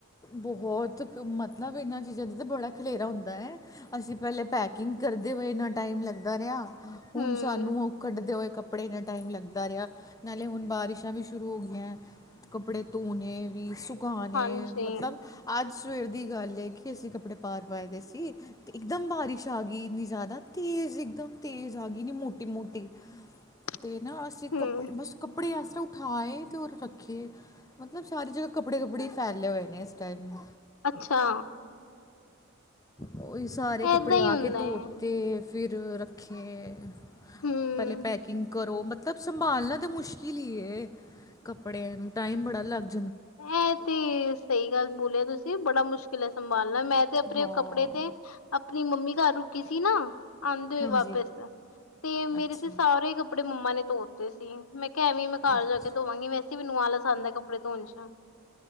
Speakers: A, on the left (about 15°); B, on the left (about 75°).
A: ਬਹੁਤ ਮਤਲਬ ਇਹਨਾਂ ਚੀਜ਼ਾਂ ਦਾ ਤਾਂ ਬੜਾ ਖਲੇਰਾ ਹੁੰਦਾ ਹੈ। ਅਸੀਂ ਪਹਿਲੇ ਪੈਕਿੰਗ ਕਰਦੇ ਹੋਏ ਇੰਨਾ ਟਾਈਮ ਲੱਗਦਾ ਰਿਹਾ ਹੁਣ
B: ਹੂੰ,
A: ਸਾਨੂੰ ਉਹ ਕੱਢਦੇ ਹੋਏ ਕੱਪੜੇ ਕੱਪੜੇ ਇੰਨਾ ਟਾਈਮ ਲੱਗਦਾ ਰਿਹਾ ਨਾਲੇ ਹੁਣ ਬਾਰਿਸ਼ਾਂ ਵੀ ਸ਼ੁਰੂ ਹੋ ਗਈਆਂ। ਕੱਪੜੇ ਧੋਣੇ ਵੀ ਸੁਖਾਣੇ
B: ਹਾਂਜੀ
A: ਮਤਲਬ ਅੱਜ ਸਵੇਰ ਦੀ ਗੱਲ ਹੈ ਕਿ ਅਸੀਂ ਕੱਪੜੇ ਪਾਰ ਪਾਏ ਦੇ ਸੀ ਤੇ ਇਕਦਮ ਬਾਰਿਸ਼ ਆ ਗਈ ਇੰਨੀ ਜ਼ਿਆਦਾ ਤੇਜ਼ ਇਕਦਮ ਤੇਜ਼ ਆ ਗਈ ਮੋਟੀ ਮੋਟੀ
B: <unintelligible> <unintelligible>
A: ਅਤੇ ਨਾ ਅਸੀਂ
B: ਹੂੰ,
A: ਕਪੜੇ ਬਸ ਕਪੜੇ ਇਸ ਖਾਏ ਅਤੇ ਉਹਰ ਰੱਖੇ ਮਤਲਬ ਸਾਰੀ ਜਗ੍ਹਾ ਕੱਪੜੇ, ਕੱਪੜੇ ਫੈਲੇ ਹੋਏ ਨੇ ਇਸ ਟਾਈਮ
B: ਅੱਛਾ।
A: ਉਹਹੀ ਸਾਰੇ ਕੱਪੜੇ
B: ਏਦਾਂ ਹੀ
A: ਆ
B: ਹੁੰਦਾ
A: ਕੇ ਧੋਤੇ
B: ਹੈ
A: ਫਿਰ ਰੱਖੇ
B: ਹੂੰ।
A: ਪਹਿਲੇ ਪੈਕਿੰਗ ਕਰੋ ਮਲ ਮਤਲਬ ਸੰਭਾਲਣਾ ਤਾਂ ਮੁਸ਼ਕਿਲ ਹੀ ਕੱਪੜਿਆਂ ਨੂੰ ਟਾਈਮ ਬੜਾ ਲੱਗਦਾ।
B: ਏ ਤੇ ਸਈ ਗੱਲ ਬੋਲਿਆ ਤੁਸੀਂ, ਬੜਾ ਮੁਸ਼ਕਿਲ ਐ ਸੰਭਾਲਣ ਮੈਂ- ਤੇ ਅਪਣੇ
A: ਹਾਂ
B: ਕੱਪੜੇ, ਤੇ ਅਪਣੀ ਮੰਮੀ ਕਰ ਰੁਕੀ ਸੀ ਨਾ ਆਂਦੇ
A: ਹਾਂਜੀ
B: <unintelligible> ਵਾਪਿਸ। ਤੇ ਮੇਰੇ
A: ਅੱਛਾ
B: ਤੇ ਸਾਰੇ ਈ ਕੱਪੜੇ ਮੰਮਾ ਨੇ ਤੋਤੇ ਸੀ। ਮੈਂ ਕਿਆ, ਐਂਵੇ ਈ, ਮੈਂ ਘਰ
A: ਅੱਛਾ
B: ਜਾ ਕੇ ਧੋਵਾਂਗੀ ਵੈਸੇ। ਕੀ ਮੈਨੂੰ ਆਲਸ ਆਂਦਾ ਕੱਪੜੇ ਤੋਣ ਚ।